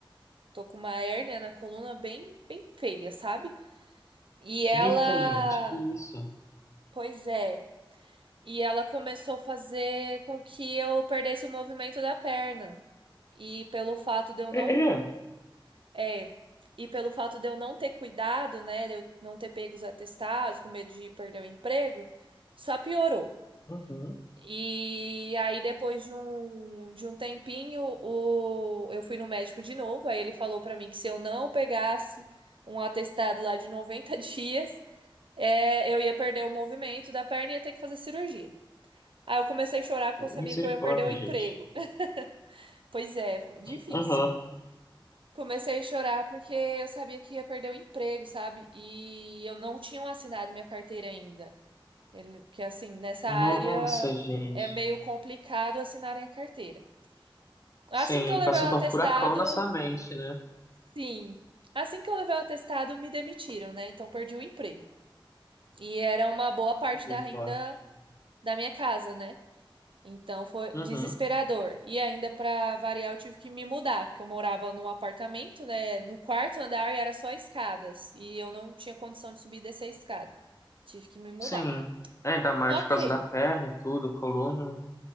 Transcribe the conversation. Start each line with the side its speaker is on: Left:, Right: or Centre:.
Right: tô com uma hérnia na coluna bem, bem feia, sabe? E ela,
Left: Eita, gente, que isso?
Right: pois é. E ela começou a fazer com que eu perdesse o movimento da perna. E pelo fato de eu
Left: É,
Right: não,
Left: é,
Right: é, e pelo fato de eu não ter cuidado, né, de eu não ter pego os atestados, com medo de perder o emprego, só piorou.
Left: uhum.
Right: E aí depois de um, de um tempinho, o, eu fui no médico de novo, aí ele falou pra mim que se eu não pegasse um atestado lá de 90 <laughs> dias, é, eu ia perder o movimento da perna e ia ter que fazer cirurgia. Aí eu comecei a chorar porque eu sabia
Left: Misericórdia,
Right: que eu ia perder o emprego.
Left: gente.
Right: <laughs> Pois é, difícil.
Left: Aham.
Right: Comecei a chorar porque eu sabia que ia perder o emprego, sabe? E eu não tinha assinado minha carteira ainda. Ele- que assim, nessa
Left: Nossa,
Right: área
Left: gente.
Right: é meio complicado assinarem a carteira. Assim
Left: Sim,
Right: que eu levei
Left: passa
Right: o
Left: então
Right: atestado,
Left: um furacão na sua mente, né?
Right: sim. Assim que eu levei o atestado, me demitiram, né? Então perdi o emprego. E era uma boa parte
Left: Misericórdia.
Right: da renda da minha casa, né? Então foi desesperador.
Left: Uhum.
Right: E ainda para variar, eu tive que me mudar, porque eu morava num apartamento, né, no quarto andar e era só escadas, e eu não tinha condição de subir e descer a escada. Tive que me mudar.
Left: Sim. É, Ainda mais
Right: OK.
Left: por causa da perna e tudo, coluna.